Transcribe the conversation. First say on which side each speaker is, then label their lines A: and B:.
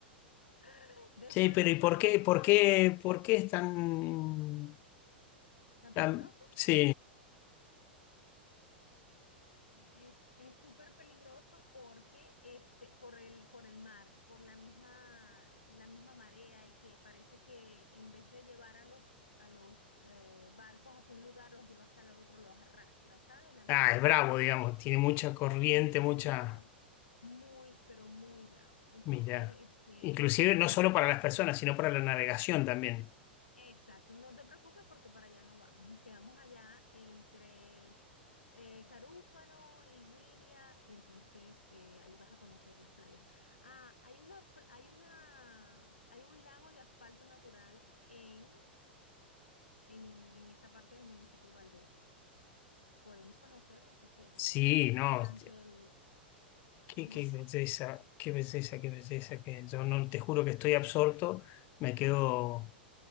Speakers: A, on the left; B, on the left.
A: <laughs> Después,
B: Sí, pero ¿y por
A: cuando
B: qué,
A: vayamos
B: por qué,
A: a terminar,
B: por qué es tan,
A: ¿tan peligroso?
B: tan, sí,
A: Es, es súper peligroso porque este, por el, por el mar, por la misma, la misma marea y que parece que en vez de llevar a los, a los eh, barcos hacia un lugar, los lleva hasta el otro, los arrastra, ¿sabes? La misma...
B: ah, es bravo, digamos, tiene mucha
A: Exa-
B: corriente,
A: es muy
B: mucha...
A: bravo, muy, pero muy bravo. Entonces,
B: Mira,
A: este,
B: inclusive no
A: no.
B: solo para las personas, sino para la navegación también.
A: Exacto, no te preocupes porque para allá no vamos, nos quedamos allá entre eh, Carúpano y Güiria y entonces eh, ahí vas a conocer las playas. Ah, hay una, pl- hay una, hay un lago de asfalto natural en, en, en esa parte del municipio Valdés. Podemos conocerlo si quieres.
B: Sí, no,
A: Durante
B: hostia,
A: el,
B: qué,
A: dime.
B: qué belleza, qué belleza, qué belleza, que yo no te juro que estoy absorto, me quedo